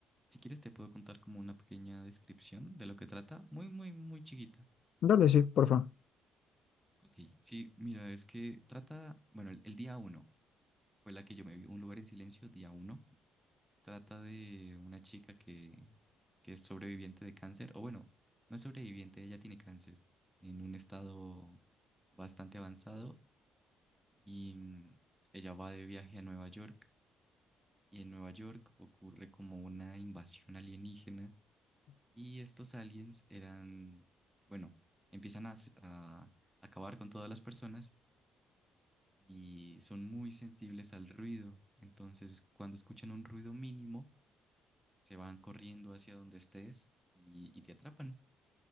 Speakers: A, in the centre; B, on the left.
A: si quieres te puedo contar como una pequeña descripción de lo que trata, muy, muy, muy chiquita.
B: Dale, sí, por favor.
A: Ok, sí, mira, es que trata, bueno, el, el día uno fue la que yo me vi, Un lugar en silencio, día uno. Trata de una chica que, que es sobreviviente de cáncer, o bueno, no es sobreviviente, ella tiene cáncer en un estado bastante avanzado y mm, ella va de viaje a Nueva York y en Nueva York ocurre como una invasión alienígena y estos aliens eran, bueno, empiezan a, s- a acabar con todas las personas y son muy sensibles al ruido. Entonces, cuando escuchan un ruido mínimo, se van corriendo hacia donde estés y, y te atrapan.